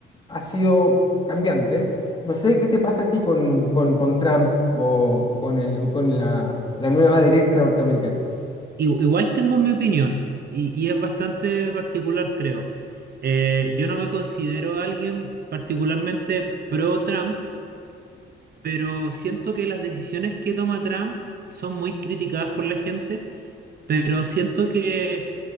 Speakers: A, on the left (about 25°); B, on the right (about 50°).
A: ha sido cambiante. No sé qué te pasa a ti con, con- con Trump o, o con el, o con la la nueva derecha norteamericana.
B: I- Igual tengo mi opinión y, y es bastante particular, creo. Eh, yo no me considero alguien particularmente pro Trump, pero siento que las decisiones que toma Trump son muy criticadas por la gente, pero siento que